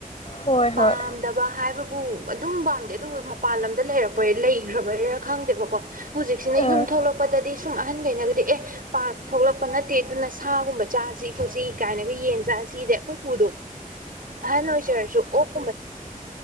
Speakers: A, on the left; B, on the right.
A: ꯍꯣꯏ ꯍꯣꯏ
B: ꯄꯝ ꯗꯕ ꯍꯥꯏꯕꯕꯨ ꯑꯗꯨꯝ ꯄꯥꯝꯗꯦ ꯑꯗꯨ ꯃꯄꯥꯟ ꯂꯝꯗ ꯂꯩꯔꯛꯄꯩ ꯂꯩꯈ꯭ꯔꯕꯩꯔꯥ ꯈꯪꯗꯦꯕꯀꯣ ꯍꯧꯖꯤꯛꯁꯤꯅ
A: ꯑꯥ
B: ꯌꯨꯝ ꯊꯣꯛꯂꯛꯄꯗꯗꯤ ꯁꯨꯝ ꯑꯍꯟꯈꯩꯅꯒꯗꯤ ꯑꯦ ꯄꯥ ꯊꯣꯛꯂꯛꯄ ꯅꯠꯇꯦ ꯑꯗꯨꯅ ꯁꯥꯒꯨꯝꯕ ꯆꯥꯁꯤ ꯈꯣꯠꯁꯤ ꯀꯥꯏꯅꯒ ꯌꯦꯟ ꯆꯥ ꯁꯤꯗ ꯑꯩꯈꯣꯏ ꯄꯨꯗꯣ ꯑꯍꯟ ꯑꯣꯏꯖꯔꯁꯨ ꯑꯣꯛ